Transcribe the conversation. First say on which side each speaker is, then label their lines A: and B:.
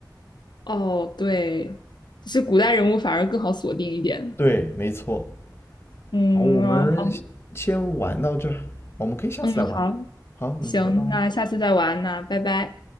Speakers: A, on the left; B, on the left.
A: 哦，对，就是古代人物反而更好锁定一点。
B: 对，没错。
A: 嗯，
B: 好，我们先先玩到这儿，
A: 哦，好，
B: 我们可以下次再玩。
A: 嗯，好，
B: 好，
A: 行，
B: 嗯，拜拜。
A: 那下次再玩，那拜拜。